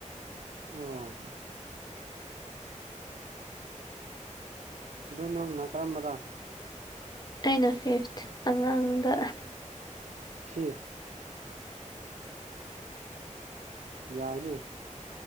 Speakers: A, on the right (about 65°); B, on the left (about 30°).
A: ꯑꯣ ꯑꯗꯣ ꯅꯪꯅ ꯀꯔꯝꯕꯔꯥ
B: ꯑꯩꯅ ꯐꯤꯐ ꯑꯉꯥꯡꯗ
A: ꯁꯤꯁ ꯌꯥꯏꯅꯦ